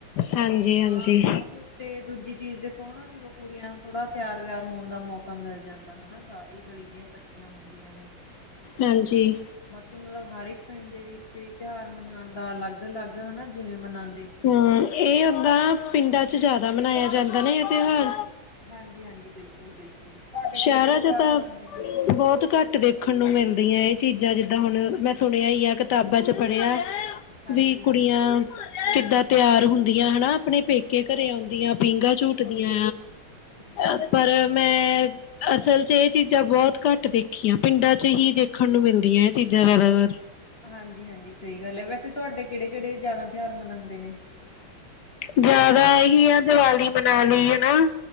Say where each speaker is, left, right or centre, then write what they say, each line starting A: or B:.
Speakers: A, on the left; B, on the left.
A: ਹਾਂਜੀ ਹਾਂਜੀ।
B: ਤਾਂ, ਮਤਲਬ ਤੇ ਦੂਜੀ ਚੀਜ਼ ਦੇਖੋ ਹਣਾ ਚਲੋ ਕੁੜੀਆਂ ਨੂੰ ਥੋੜਾ ਤੇਆਰ-ਵੇਆਰ ਹੋਣ ਦਾ ਮੌਕਾ ਮੇਲ਼ ਜਾਂਦਾ, ਹਣਾ ਸਾਰੀ ਗਲੀ਼ ਦੀਆਂ ਕ ਹੁੰਦੀਆਂ ਨੇ
A: ਹਾਂਜੀ।
B: ਬਾਕੀ ਮਲਬ, ਹਰ ਏਕ ਪਿੰਡ ਦੇ ਵਿੱਚ ਏ ਤੇਹਾਰ ਮਨਾਣ ਦਾ ਅਲੱਗ ਅਲੱਗ ਹਨਾ ਜਿਵੇਂ ਮਨਾਂ
A: ਹੂੰ, ਏ ਓਦਾਂ ਪਿੰਡਾਂ ਚ ਜਾਦਾ ਮਨਾਏਆ ਜਾਂਦਾ ਨਾ ਏ ਤੇਓਹਾਰ?
B: ਹਾਂਜੀ, ਹਾਂਜੀ। ਬਿਲਕੁਲ ਬਿਲਕੁਲ ਤੁਹਾਡੇ
A: ਸ਼ਹਿਰਾਂ
B: ਕਿਹੜੇ ਕਿਹੜੇ ਤਿਉਹਾਰ
A: ਚ ਤਾਂ
B: ਮਨਾਉਂਦੇ ਨੇ
A: ਬਹੁਤ ਘੱਟ ਦੇਖਣ ਨੂੰ ਮਿਲਦੀਆਂ ਇਹ। ਚੀਜ਼ਾਂ ਜਿੱਦਾਂ ਹੁਣ ਮੈਂ ਸੁਣਿਆ ਹੀ ਆ ਕਿਤਾਬਾਂ ਚ ਪੜ੍ਹਿਆ।
B: ਹਾਂਜੀ
A: ਵੀ
B: ਹਾਂਜੀ
A: ਕੁੜੀਆਂ ਕਿੱਦਾਂ ਤਿਆਰ ਹੁੰਦੀਆਂ ਹਨਾ ਆਪਣੇ ਪੇਕੇ ਘਰੇ ਆਉਂਦੀਆਂ। ਪੀਂਘਾਂ ਝੂਟਦੀਆਂ
B: ਬਿਲਕੁਲ ਬਿਲਕੁਲ
A: ਆ
B: ਬਿਲਕੁਲ
A: ਪਰ ਮੈਂ। ਅਸਲ ਚ ਇਹ ਚੀਜ਼ਾਂ ਬਹੁਤ ਘੱਟ ਦੇਖੀਆਂ ਪਿੰਡਾਂ ਚ ਹੀ ਦੇਖਣ ਨੂੰ ਮਿਲਦੀਆਂ ਇਹ ਚੀਜ਼ਾਂ ਜ਼ਿਆਦਾਤਰ।
B: ਹਾਂਜੀ ਹਾਂਜੀ ਸਹੀ ਗੱਲ ਹੈ ਵੈਸੇ ਤੁਹਾਡੇ ਕਿਹੜੇ ਕਿਹੜੇ ਜ਼ਿਆਦਾ ਤਿਉਹਾਰ ਮਨਾਉਂਦੇ ਨੇ।
A: ਜ਼ਿਆਦਾ ਇਹੀ ਆ ਦੀਵਾਲੀ ਮਨਾ ਲਈ ਹਨਾ।